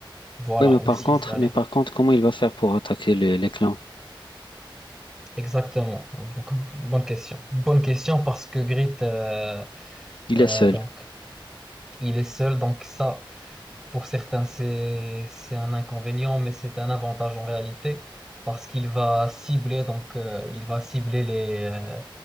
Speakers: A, in the centre; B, on the left.
A: voilà,
B: Ouais, mais par
A: ou s'ils
B: contre,
A: allaient.
B: mais par contre, comment il va faire pour attaquer les, les clans?
A: Exactement. Donc, bonne question. Bonne question parce que Grit, euh,
B: Il
A: euh,
B: est seul.
A: donc, il est seul. Donc ça, Pour certains, c'est, c'est un inconvénient, mais c'est un avantage en réalité parce qu'il va cibler, donc, euh, il va cibler les, euh,